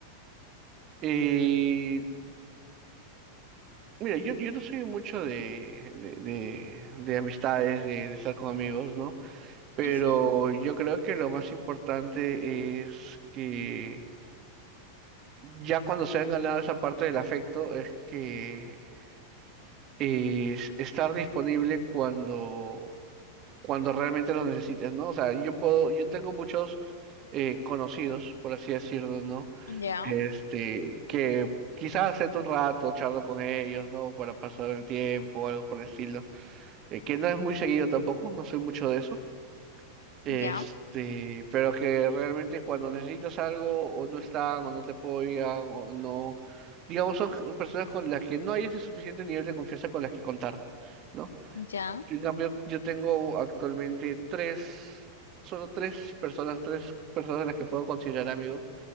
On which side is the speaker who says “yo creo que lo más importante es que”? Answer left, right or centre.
Right